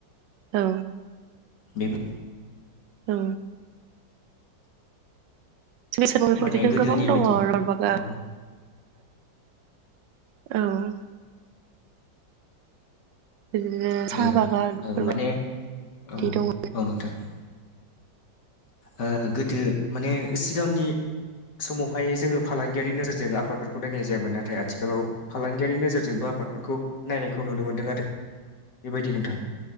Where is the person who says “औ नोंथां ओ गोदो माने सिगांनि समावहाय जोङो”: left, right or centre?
Left